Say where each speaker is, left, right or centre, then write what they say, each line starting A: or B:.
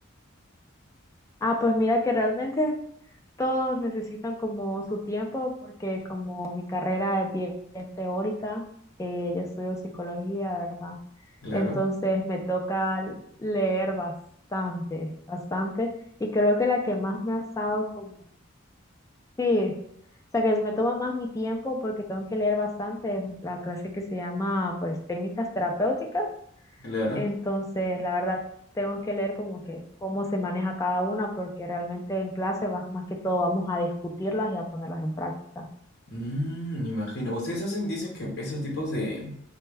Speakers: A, on the left; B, on the left.
A: Ah, pues mira que realmente todos necesitan como su tiempo porque como mi carrera es bien, bien teórica, eh, yo estudio psicología, ¿verdad?
B: Claro,
A: Entonces me toca leer bastante, bastante y creo que la que más me ha estado como, sí, o sea que me toma más mi tiempo porque tengo que leer bastante, es la clase que se llama pues técnicas terapéuticas
B: claro.
A: entonces, la verdad, tengo que leer como que cómo se maneja cada una, porque realmente en clase vas- más que todo vamos a discutirlas y a ponerlas en práctica.
B: Mm, me imagino. Ustedes hacen, dice que esos tipos de